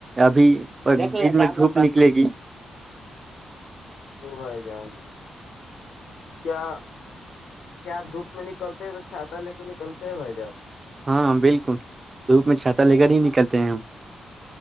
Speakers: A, on the right (about 35°); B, on the left (about 80°).
A: ابھی بھی میں دھوپ نکلے گی
B: وہ بھائی جان کیا کیا آپ دھوپ میں نکلتے ہیں تو چھاتہ لے کے نکلتے ہیں بھائی جان
A: ہاں بالکل دوپ میں چھاتا لے کر ہی نکلتے ہیں ہم